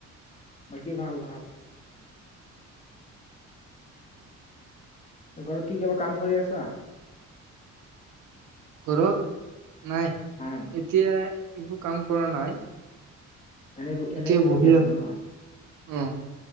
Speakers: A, on the left; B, on the right.
A: বাকী ভাল ভাল। ঘৰত কি কিবা কাম কৰি আছা?
B: ঘৰত নাই
A: অ
B: এতিয়া একো কাম কৰা নাই।
A: এনে
B: এতিয়া
A: এনেই
B: বহি
A: ৰখি আছা
B: আছো,
A: ন?
B: উম